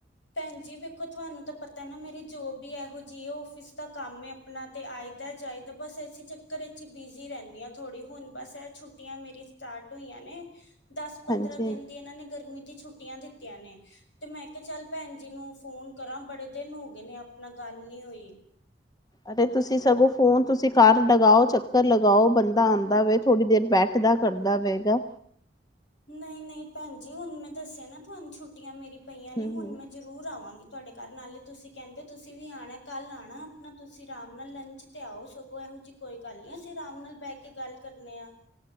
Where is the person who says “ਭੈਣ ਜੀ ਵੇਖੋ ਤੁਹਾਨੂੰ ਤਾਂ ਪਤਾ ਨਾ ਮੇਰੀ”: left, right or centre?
Left